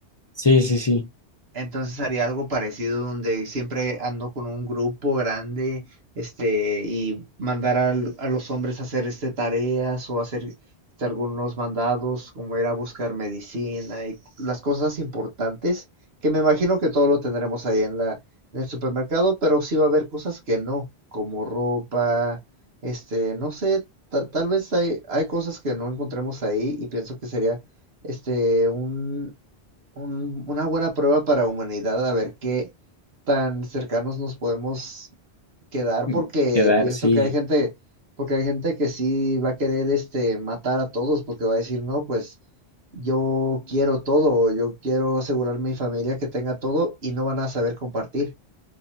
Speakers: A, on the left; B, on the right.
A: Sí, sí, sí.
B: Entonces haría algo parecido donde siempre ando con un grupo grande, este, y mandar al- a, los hombres a hacer este tareas o hacer este, algunos mandados, como ir a buscar medicina y las cosas importantes, que me imagino que todo lo tendremos ahí en la, en el supermercado, pero sí va a haber cosas que no, como ropa, este, no sé, ta- tal vez hay, hay cosas que no encontremos ahí y pienso que sería, este, un un- una buena prueba para humanidad, a ver qué tan cercanos nos podemos quedar,
A: Mm,
B: porque
A: Quedar,
B: pienso
A: sí.
B: que hay gente, porque hay gente que sí va a querer este matar a todos, porque va a decir, no, pues yo quiero todo, yo quiero asegurar mi familia que tenga todo y no van a saber compartir.